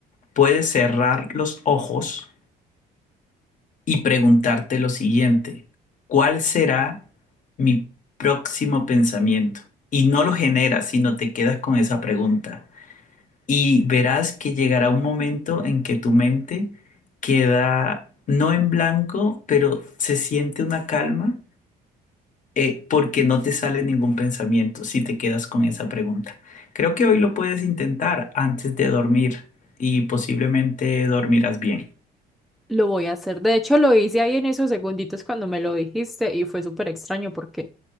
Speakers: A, on the left; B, in the centre.
A: Puedes cerrar los ojos y preguntarte lo siguiente, ¿cuál será mi próximo pensamiento? Y no lo generas, sino te quedas con esa pregunta. Y verás que llegará un momento en que tu mente queda no en blanco, pero se siente una calma eh, porque no te sale ningún pensamiento si te quedas con esa pregunta. Creo que hoy lo puedes intentar antes de dormir y posiblemente dormirás bien.
B: Lo voy a hacer. De hecho, lo hice ahí en esos segunditos cuando me lo dijiste y fue súper extraño porque